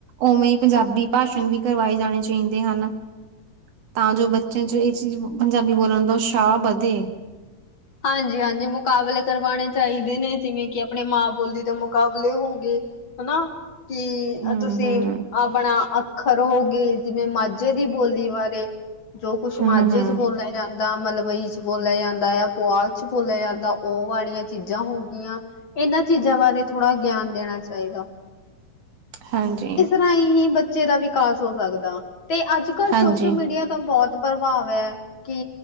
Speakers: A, on the right (about 60°); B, on the left (about 45°).
A: ਉਵੇਂ ਪੰਜਾਬੀ ਪਾਸ਼ਣ ਵੀ ਕਰਵਾਏ ਜਾਣੇ ਚਾਈਦੇ ਹਨ। ਤਾਂ ਜੋ ਬੱਚਿਆਂ ਚ ਏ ਚੀਜ ਪੰਜਾਬੀ ਬੋਲਣ ਦਾ ਉਤਸ਼ਾਹ ਵਧੇ।
B: ਹਾਂਜੀ-ਹਾਂਜੀ ਮੁਕਾਬਲੇ ਕਰਵਾਣੇ ਚਾਈਦੇ ਨੇ ਜਿਵੇਂ ਕਿ ਅਪਨੇ ਮਾਂ ਬੋਲੀ ਦੇ ਮੁਕਾਬਲੇ ਹੋਗੇ। ਹਨਾ, ਕਿ
A: ਹੂੰ
B: ਤੁਸੀ
A: ਹੂੰ
B: ਆਪਣਾ ਅੱਖ ਅੱਖਰ ਹੋ ਗਏ ਜਿਵੇਂ ਮਾਝੇ ਦੀ ਬੋਲੀ ਬਾਰੇ ਜੋ ਕੁਛ
A: ਹੂੰ
B: ਮਾਝੇ
A: ਹੂੰ।
B: ਚ ਬੋਲਦਾ। ਜਾਂਦਾ ਮਲਵਈ ਚ ਬੋਲਿਆ ਜਾਂਦਾ ਯਾ। ਪੁਆਲ ਚ ਬੋਲਿਆ ਜਾਂਦਾ ਓ ਵਾਲੀਆਂ ਚੀਜ਼ਾਂ ਹੋ ਗੀਆਂ। ਏਨਾਂ ਚੀਜਾਂ ਬਾਰੇ ਥੋੜ੍ਹਾ ਗਿਆਨ ਦੇਣਾ ਚਾਈਦਾ।
A: ਹਾਂਜੀ।
B: ਹੀ ਬੱਚੇ ਦਾ ਵਿਕਾਸ ਹੋ ਸਕਦਾ, ਤੇ ਅੱਜ-ਕੱਲ
A: ਹਾਂਜੀ।
B: ਸੋਸ਼ਲ ਮੀਡੀਆ ਦਾ ਬੋਤ ਪ੍ਰਭਾਵ ਐ ਕਿ